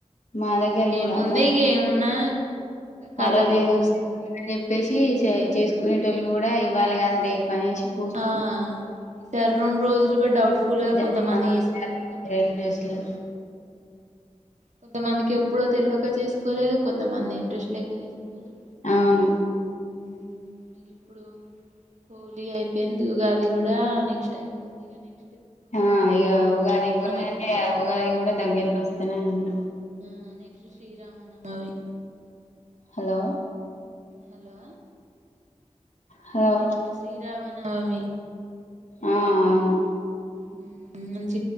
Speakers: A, on the left (about 75°); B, on the right (about 75°).
A: మా దగ్గర కూడా
B: ఏముంది
A: మా
B: ఇక ఏమున్నా కలర్లు
A: ఆ రోజు ఏదో
B: పూసుకుంటారు
A: అని చెప్పేసి చే చేసుకునేటోళ్ళు కూడా ఇవ్వాలి కాదు రేపు అనేసి పోస్ట్
B: ఆ ఈ సర రెండు రోజులు డౌట్స్ ఫుల్గా
A: పోన్
B: కొంతమంది
A: ఆ
B: వఏసుకున్నారు
A: జరిగింది
B: కొంతమంది
A: రెండు రోజులు
B: ఏసుకోలేదు కొంత మందికి ఎప్పుడో తెలియక చేసుకోలేదు కొంతమంది ఇంట్రెస్ట్ లేక చేసుకోలేదు
A: అవును
B: ఊ ఇగ ఇప్పుడు హోలీ అయిపోయింది ఉగాది కూడా నెక్స్ట్ అయిపోద్ది నెక్
A: ఆ ఇగ ఉగాది ఉగాది
B: ఎక్కువ
A: అంటే
B: ఏం లేదు
A: ఉగాది కూడా దగ్గరకి వస్తనే ఉంది
B: ఆ next Sriramanavami
A: hello
B: hello
A: hello
B: next శ్రీరా మనావి
A: ఆ అవును
B: ఊ మంచి